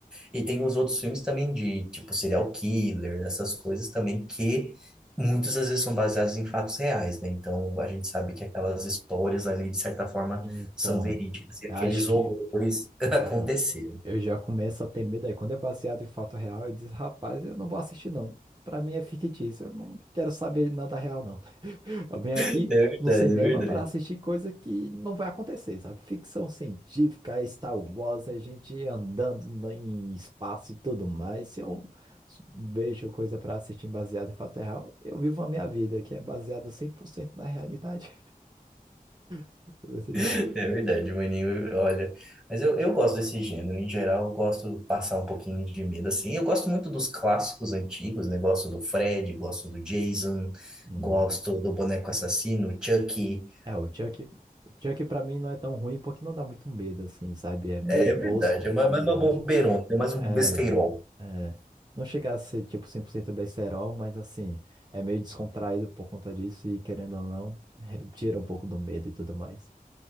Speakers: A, in the centre; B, on the right.
A: E tem os outros filmes também de, tipo, serial killer, essas coisas também que muitas às vezes são baseados em fatos reais, né? Então a gente sabe que aquelas histórias ali, de certa forma,
B: Então,
A: são verídicas e aqueles
B: eu acho que
A: horrores <laughs> aconteceram.
B: aham, eu já começo a ter medo aí. Quando é baseado em fato real, eu diz rapaz, eu não vou assistir, não. Pra mim é fictício, eu não quero saber nada real, não. Eu venho
A: É
B: aqui
A: verdade,
B: no cinema
A: é verdade.
B: para assistir coisa que não vai acontecer, sabe? Ficção científica, é Star Wars, a gente andando na- em espaço e tudo mais. Se eu s- vejo coisa para assistir baseada em fato real, eu vivo a minha vida, que é baseada 100% na realidade. <laughs> Desse jeito.
A: É verdade, maninho, olha. Mas eu, eu gosto desse gênero, em geral, eu gosto de passar um pouquinho de medo, assim. Eu gosto muito dos clássicos antigos, né? Gosto do Fred, gosto do Jason,
B: Uhum.
A: gosto do Boneco Assassino, Chucky.
B: É, o Chuck, o Chuck para mim não é tão ruim porque não dá muito medo, assim, sabe? É meio
A: É, é
B: tosco
A: verdade, é mais
B: e
A: mais uma
B: eu
A: bobeirona,
B: acho
A: é mais
B: É,
A: um besteirol.
B: é, não chega a ser tipo 100% besterol, mas assim, é meio descontraído por conta disso e querendo ou não, <laughs> tira um pouco do medo e tudo mais.